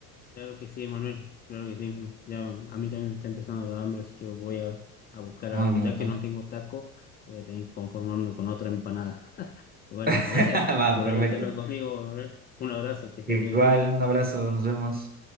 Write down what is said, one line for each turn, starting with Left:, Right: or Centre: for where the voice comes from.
Left: Claro que sí, Manuel. Claro que sí. Me- Ya a mí también me está empezando a dar hambre, así que voy a, a buscar
Right: No,
Left: algo.
Right: amigo.
Left: Ya que
Right: bueno.
Left: no tengo taco, voy a tener que conformarme con otra empanada. Y bueno,
Right: <laughs>
Left: gracias
Right: Va,
Left: por
Right: perfecto.
Left: haber charlado conmigo, Manuel. Un abrazo, que estés
Right: Igual,
Left: bien.
Right: un abrazo, nos vemos.